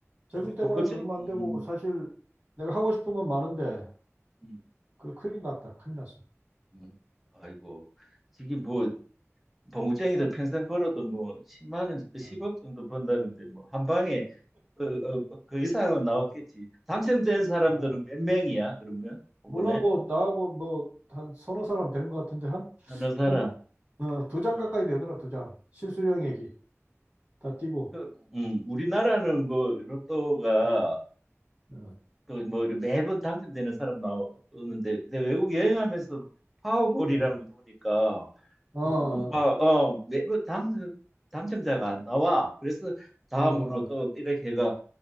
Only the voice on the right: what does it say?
세금
떼고
나니까 얼마 안
되고 사실 내가 하고 싶은 건 많은데
어그 큰일 났다 큰일 났어
어,
어,
몰라
뭐 나하고 뭐 한 서너 사람 되는 것 같은데 한
한 어, 두 장
가까이 되더라 두 장 실수령 얘기 다 띄고
어, 어,
어,
어,
어, 어,